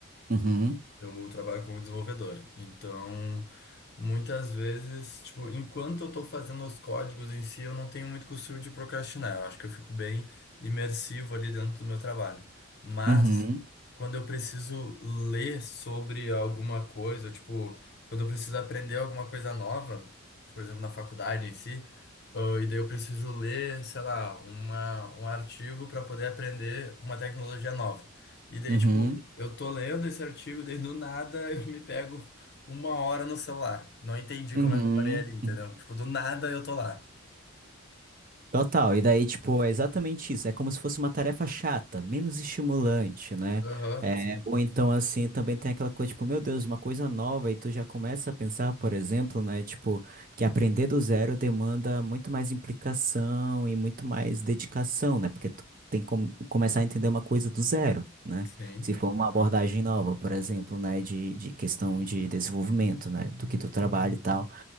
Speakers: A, on the right; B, on the left.
A: Uhum,
B: Eu trabalho como desenvolvedor, então muitas vezes, tipo, enquanto eu estou fazendo os códigos em si, eu não tenho muito costume de procrastinar. Eu acho que eu fico bem imersivo ali dentro do meu trabalho. Mas
A: uhum,
B: quando eu preciso ler sobre alguma coisa, ou, tipo, quando eu preciso aprender alguma coisa nova, por exemplo, na faculdade em si, ah, e daí eu preciso ler, sei lá, uma, um artigo para poder aprender uma tecnologia nova. E daí,
A: uhum,
B: tipo, eu tô lendo esse artigo, daí do nada <laughs> eu me pego uma hora no celular. Não entendi
A: uhum.
B: como é que eu parei ali, entendeu?
A: uhum.
B: Tipo, do nada eu tô lá.
A: Total, e daí, tipo, é exatamente isso. É como se fosse uma tarefa chata, menos estimulante, né?
B: Aham,
A: É,
B: sim.
A: ou então, assim, também tem aquela coisa, tipo, meu Deus, uma coisa nova, e tu já começa a pensar, por exemplo, né? Tipo, que aprender do zero demanda muito mais implicação e muito mais dedicação, né? Porque tu tem que com- começar a entender uma coisa do zero, né?
B: Sim.
A: Se for uma
B: Aham.
A: abordagem nova, por exemplo, né? De, de questão de desenvolvimento, né? Do que tu trabalha e tal.